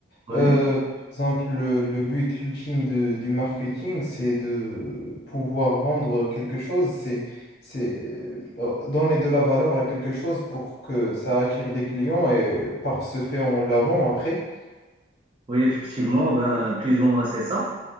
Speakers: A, on the right (about 25°); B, on the left (about 55°).
A: Oui,
B: Euh, par exemple, le, le but ultime de- du marketing, c'est de pouvoir vendre quelque chose, c'est, c'est euh, donner de la valeur à quelque chose pour que ça attire des clients et par ce fait, on la vend après.
A: oui, effectivement, ben, plus ou moins c'est ça.